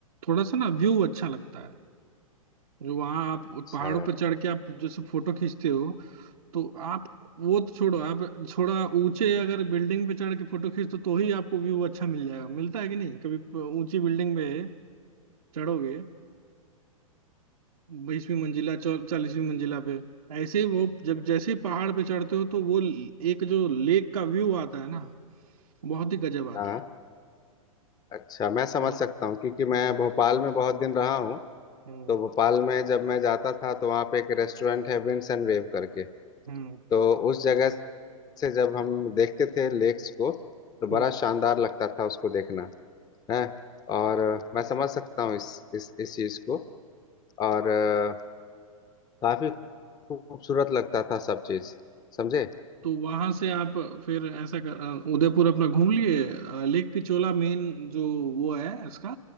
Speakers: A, on the right; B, on the left.
A: थोड़ा सा ना व्यू अच्छा लगता है जो वहाँ आप
B: अच्छा
A: पहाड़ों पर चढ़ के आप जैसे फोटो खींचते हो तो आप वो तो छोड़ो आप थोड़ा ऊंचे अगर बिल्डिंग पे चढ़ के फोटो खींचते हो, तो ही आपको व्यू अच्छा मिल जाएगा मिलता है कि नहीं कभी प- ऊंची बिल्डिंग पे चढ़ोगे बीसवीं मंजिला चालीसवीं मंजिला पे ऐसे ही वो जब जैसे ही पहाड़ पे चढ़ते हो तो वो एक जो लेक का व्यू आता है ना बहुत ही गजब आता
B: हाँ
A: है
B: अच्छा मैं समझ
A: वो
B: सकता हूँ क्योंकि मैं
A: हम्म
B: भोपाल में बहुत दिन रहा हूँ
A: हम्म।
B: तो भोपाल में जब मैं जाता था तो वहाँ पे एक रेस्टोरेंट है विंड्स एंड वेव करके
A: हम्म
B: तो उस जगह से जब हम देखते थे लेक्स को तो बड़ा
A: हम्म
B: शानदार लगता था उसको देखना है और अ, मैं समझ सकता हूँ इस इस इस चीज को और अ, काफी खूबसूरत लगता था सब चीज समझे
A: तो वहां से आप फिर ऐसा कर अ, उदयपुर अपना घूम लिए अ, लेक पिछोला मेन जो वो है इसका